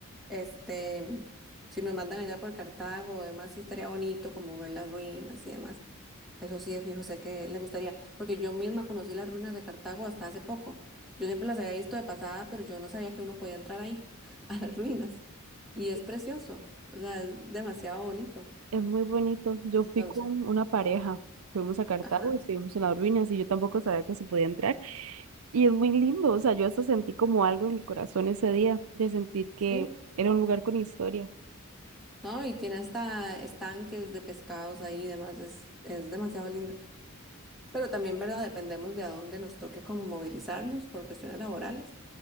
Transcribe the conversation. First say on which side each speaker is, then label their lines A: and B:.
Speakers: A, in the centre; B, on the right (about 75°).
A: Este, si nos mandan allá por Cartago, además sí estaría bonito como ver las ruinas y demás. Eso sí, de fijo, sé que le gustaría, porque yo misma conocí las ruinas de Cartago hasta hace poco. Yo siempre las había visto de pasada, pero yo no sabía que uno podía entrar ahí, <laughs> a las ruinas. Y es
B: sí.
A: precioso, o sea, es demasiado bonito.
B: Es muy bonito. Yo
A: Entonces,
B: fui con una pareja, fuimos a Cartago
A: ajá,
B: y estuvimos en las ruinas y yo tampoco sabía que se podía entrar. Y es muy lindo, o sea, yo hasta sentí como algo en mi corazón ese día, de sentir que
A: sí,
B: era un lugar con historia.
A: ¿no? Y tiene hasta estanques de pescados ahí y demás, es, es demasiado lindo. Pero también, ¿verdad? Dependemos de a dónde nos toque como movilizarnos por cuestiones laborales